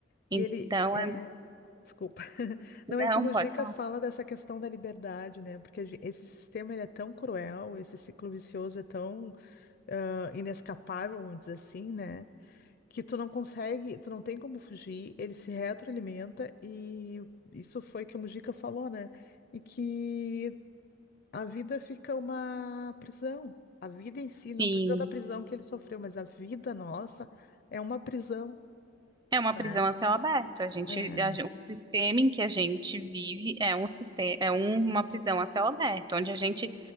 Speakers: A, on the left; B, on the right.
A: E
B: Então
A: ele é,
B: é,
A: desculpa. <laughs> Não
B: não,
A: é que o Mujica
B: pode falar.
A: fala dessa questão da liberdade, né? Porque a gen- esse sistema ele é tão cruel, esse ciclo vicioso é tão ah, inescapável, vamos dizer assim, né? que tu não consegue, tu não tem como fugir, ele se retroalimenta e isso foi que o Mujica falou, né? E que a vida fica uma prisão. A vida em si,
B: Sim.
A: não precisa da prisão que ele sofreu, mas a vida nossa é uma prisão,
B: É uma
A: né?
B: prisão a céu aberto. A gente,
A: É.
B: a gen- o sistema em que a gente vive é um sistema, é um- uma prisão a céu aberto, onde a gente